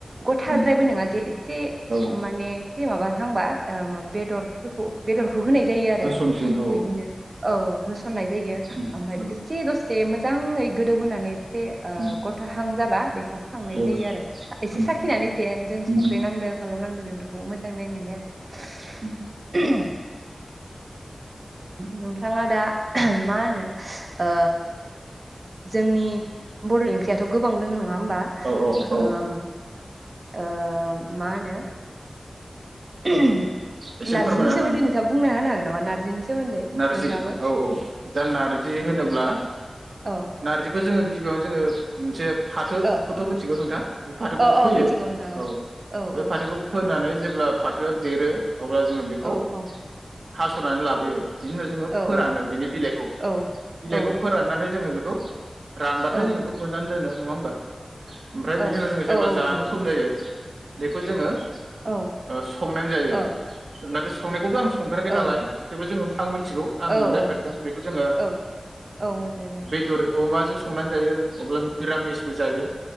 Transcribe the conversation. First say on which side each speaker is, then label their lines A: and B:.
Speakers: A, on the right; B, on the right.
A: गथाद्रायबो
B: उम
A: नङा जे एसे
B: औ
A: माने एसे माबाहांबा ओ मा बेदरफोरखौ बेदर खौ होनाय जायो आरो।
B: होसनसिन औ
A: बिदिनो औ होस'ननाय जायो
B: उम
A: ओमफाय
B: उम
A: एसे दसे मोजांङै गोदौ होनानै एसे ओ
B: उम
A: गथाहां जाबा बेखौ खांनाय
B: औ
A: जायो आरो एसे
B: उम
A: साखिनानै जेनजों
B: उम
A: संख्रि नांदो फालौ नांदो बेफोरखौ मोजां नायनानै आरो
B: उम
A: नोंथाङा दा मा होनो ओ जोंनि बर'नि ओंख्रियाथ' गोबां दङ नङा होमबा
B: औ औ
A: ओम ओ ओ मा होनो <unintelligible>
B: एसे
A: नारजिनि
B: फोरमायना होनांगौ
A: सोमोन्दै नोंथाङा बुंना होनो हागोन नामा नारजिनि सोमोन्दै
B: नारजि
A: नोंथाङाबो
B: औ औ दा नारजि होनोब्ला
A: दे औ
B: नारजि बेखौ जोङो गिबियावनो जोङो मोनसे फाथोखौथ'
A: औ
B: मिथिगौ नोंथाङा बे फाथोखौ
A: औ
B: फोयो
A: औ मिथिगौ नोंथां
B: औ
A: औ
B: बे
A: औ
B: फाथोखौ फोनानै जेब्ला फाथोआ देरो अब्ला जोङो बेखौ
A: औ औ
B: हास'नानै लाबोयो बिनि उनाव जोङो
A: औ
B: फोरानो बिनि बिलाइखौ
A: औ
B: बिलाइखौ
A: औ
B: फोराननानै जोङो बे गौ रानबाथाय
A: औ
B: जों बेखौ बोननानै दोनो नङा होमबा ओमफ्राय
A: औ
B: बिनि उनाव जोङो जेब्ला
A: औ औ
B: जानो
A: नंगौ
B: सम
A: नंगौ
B: जायो बेखौ जोङो
A: औ
B: ओ संनानै जायो
A: औ
B: संनायखौ संनायखौथ आं संफेराखै
A: औ
B: नालाय जेबो जोङो आं मिथिगौ आं
A: औ
B: मोनजाफेरदों
A: औ
B: बेखौ जोङो
A: औ औ मोनजादों
B: बेदर अमा जो जों संनानै जायो अब्ला मिरामिसबो जायो